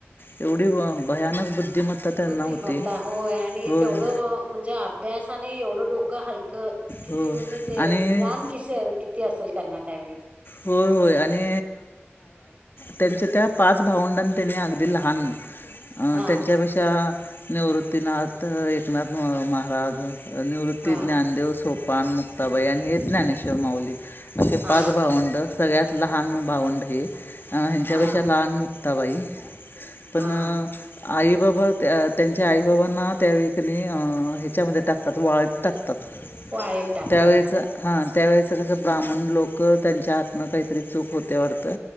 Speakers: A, on the left; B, on the right.
A: एवढी भयानक बुद्धिमत्ता त्यांना
B: बुद्धिमत्ता
A: होती.
B: होय आणि
A: होय
B: तेवढं म्हणजे अभ्यास आणि एवढं डोकं हलक किती
A: हो
B: म्हणजे ते
A: आणि
B: ज्ञान कि किती असेल करणार त्यावेळी
A: होय होय आणि त्यांच्या त्या पाच भावंडांनी त्यांनी अगदी लहान
B: हा
A: त्यांच्यापेक्षा निवृत्तीनाथ एकनाथ म महाराज निवृत्ती
B: हा
A: ज्ञानदेव सोपान मुक्ताबाई आणि हेच ज्ञानेश्वर माऊली असे
B: हा
A: पाच भावंड सगळ्यात लहान भावंड हे ह्यांच्यापेक्षा
B: हा
A: लहान मुक्ताबाई पण
B: हा
A: आई बाबा त्यांच्या आई बाबांना त्या कणी ह्याच्यामध्ये टाकतात वाळट टाकतात
B: वाळेत टाकतात
A: त्यावेळेस हा त्यावेळेस कसं ब्राह्मण लोक त्यांच्या हातनं काहीतरी चूक होते वाटतं